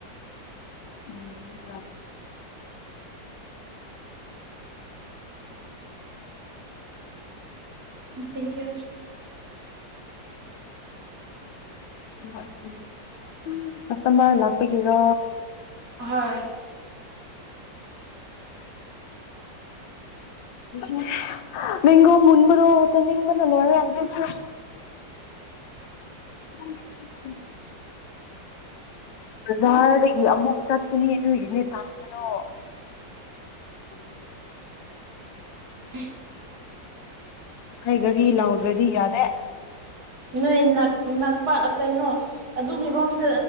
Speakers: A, on the left (about 80°); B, on the right (about 55°).
A: ꯎꯝ
B: ꯎꯝ ꯊꯦꯡꯀ꯭ꯌꯨ
A: ꯦ <unintelligible> ꯀꯁꯇꯃꯥꯔ ꯂꯥꯛꯞ ꯄ ꯒꯤꯔꯥ
B: ꯍꯣꯏ
A: ꯎꯝ ꯃꯤꯒꯣ ꯃꯟꯕꯗꯅꯤꯡꯕ ꯅꯔ <unintelligible> ꯍ ꯕꯖꯥꯔꯗꯒꯤ ꯑꯃꯨꯛ ꯆꯠꯄꯅꯤ ꯑꯗꯨꯒꯤꯅꯦ ꯇꯟꯕꯗꯣ ꯎ
B: ꯎꯝ
A: ꯀꯔꯤ ꯀꯔꯤ ꯂꯥꯎꯗ꯭ꯔꯗꯤ ꯌꯥꯗꯦ
B: ꯅꯣꯏ ꯅꯛꯄ ꯀꯩꯅꯣ ꯑꯗꯨꯒꯤ ꯔꯣꯝꯗ